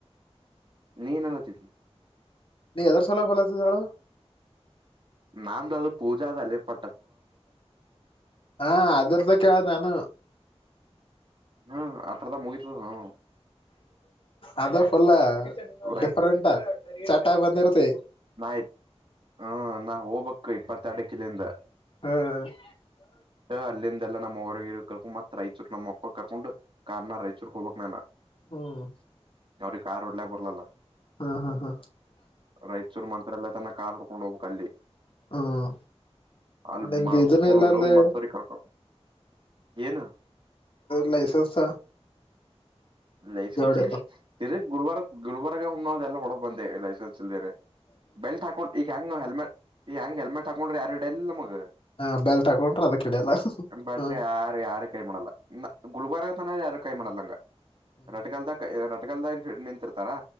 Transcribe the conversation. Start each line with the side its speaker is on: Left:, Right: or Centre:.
Right: ನೀನ್ ಅನತಿದ್
Left: ನೀ ಹೆದರ್ಸಲ ಲತ ಹೇಳಳ
Right: ನಾದ ಅದು ಪೂಜಾದ ಅಲ್ಲೇ ಪ
Left: ಹಾ ಅದ್ರದಕ್ಕೆ ನಾನು
Right: ಹ್ಮ ಅತ್ರದ ಮುಯರ್ ಹ
Left: ಅದು ಬುಲ್ಲ
Right: ರೈ
Left: ಡಿಫ್ರಂಟ್ ಚಟಾ ಬಂದಿರುತೆ
Right: ನಾಯತ್ ಹ ನಾ ಹೋಗ್ಬಕ್ ಇಪ್ಪತ್ತ ಅಡ ಕಿಲಿಂದ
Left: ಹ್ಮ್ ಹ್ಮ್
Right: ಅಲ್ಲಿಂದೆಲ್ಲ ನಮ್ಮ್ ಕರ್ಕೊಂಡ ಮತ್ ರೈಚೂರ್ ನಮ್ಮ ಅಪ್ಪ ಕರ್ಕೊಂಡು ಕಾರ್ ನ ರಾಯಚೂರ್ಕ್ ಹೋಗ್ಬೇಕಕ್ ನಾನ
Left: ಹ್ಮ್
Right: ಅವಾವ್ರೀ ಕಾರ್ ಡ್ಲ ಬರ್ಲಲ್ಲ
Left: ಹಾ ಹಾ ಹಾ
Right: ರಾಯಚೂರ್ ಮತ್ರತ್ರಲ್ಲ ತನ್ನ ಕಾರ್ ಕಕೊಂಡ ಹೋಗ ಕ ಅಲ್ಲಿ
Left: ಹ್ಮ್
Right: ಅಲ್ಲಿ
Left: ನಿಂದು
Right: ಮಾಡಸ್ಕೊಂಡು
Left: ಇದನ್ನ ಇಲ್ಲ ಅಲ್ಲಿ
Right: ಮತ್ತರಿ ಕರ್ಕೊಂಡ ಏನು
Left: ಲೈಸೆನ್ಸ್
Right: ಲೈಸೆನ್ಸ್
Left: ಜವಡತ
Right: ಇರಿ ಗುಲ್ಬಾರ ಗುಲ್ಬಾರಾಗ ಹ್ದೆಲ್ಲಾ ಹೊಡ ಬಂದೆ ಲೈಸೆನ್ಸ್ ಇಲ್ದೇನೆ ಬೆಲ್ಟ್ ಹಾಕೊಂಡ್ ಈಗ ಹೆಂಗ ನಾವ್ ಹೆಲ್ಮೆಟ್ ಈಗ ಹೆಂಗ್ ಹೆಲ್ಮೆಟ್ ಹಾಕೊಂಡ್ರೆ ಯಾರುಡೆ ಎಲ್ಲ ಮಗ
Left: ಹ ಬೆಲ್ಟ್ ಹಾಕೊಂಡ್ರ ಅದ ಕಿಡಿಯಲ್ಲ
Right: ಬಟ್ರೆ
Left: ಹ
Right: ಯಾರು ಯಾರ ಕೈ ಮಾಡಲ್ಲ ಗುಲ್ಬಾರ ತನ ಯಾರ ಕೈ ಮಾಡಲ್ಲಂಗ
Left: ಹ್ಮ್
Right: ರಟ್ಗಲ್ದ ಕ ರಟಗಲ್ದ ನಿಂತಿರ್ತಾರಾ